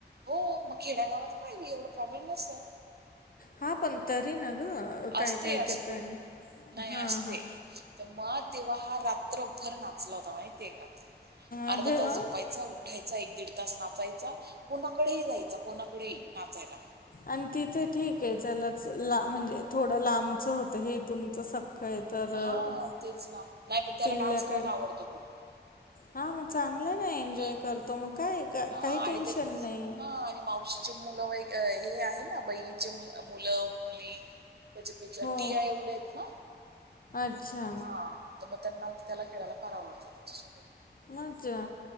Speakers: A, on the right; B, on the left.
A: हो मग खेड्या गावात काही नाही एवढ प्रॉब्लेम नसत.
B: हा पण तरी ना गं काय
A: असते
B: काय
A: असते
B: ठिकाणी
A: नाही
B: हा
A: असते
B: हां
A: तर मग तेव्हा हा रात्रभर नाचला होता माहिती ये का-
B: अरे
A: अर्धा तास
B: वा
A: झोपायचा उठायचा एक दीड तास नाचायचा कोणाकडेही जायचा कोणाकडेही नाचायला.
B: आणि तिथे ठीक ये चलच ला म्हणजे थोडं लांबचं होतं हे तुमचं सखखं आहे. तर अ,
A: हा तेच ना नाही पण त्याला
B: पिल्ल्याकडे
A: डान्स करायला आवडतो खूप
B: हां मग चांगलं ये ना एन्जॉय
A: हम्म
B: करतो मग काय काही
A: हा
B: टेन्शन
A: आणि ते
B: नाही.
A: हा आणि मावशी. चे मुलं व, हे आहे ना बहिणीचे मुलं-मुली. त्याच्यापेक्षा
B: हो
A: टीया एवढ्या आहेत ना.
B: अच्छा.
A: ह मग त्यांना त्याला खेळायला फार आवडतं त्याच्यासोबत.
B: मज्जा,